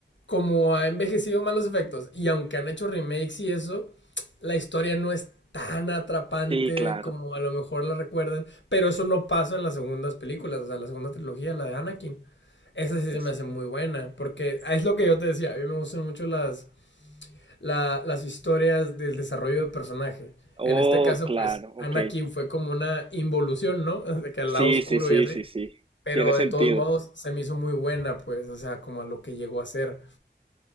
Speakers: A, on the left; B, on the right.
A: como ha envejecido mal los efectos, y aunque han hecho remakes y eso, la historia no es tan atrapante
B: sí, claro.
A: como a lo mejor la recuerdan. Pero eso no pasa en las segundas películas, o sea, la segunda trilogía, la de Anakin. Esa sí
B: Ese.
A: se me hace muy buena, porque es lo que yo te decía, a mí me gustan mucho las, la- las historias del desarrollo de personaje.
B: Oh,
A: En este caso,
B: claro,
A: pues
B: ok.
A: Anakin fue como una involución, ¿no? <laughs> De que al
B: Sí,
A: lado oscuro
B: sí, sí,
A: y así.
B: sí, sí.
A: Pero
B: Tiene sentido.
A: de todos modos se me hizo muy buena, pues, o sea, como a lo que llegó a ser.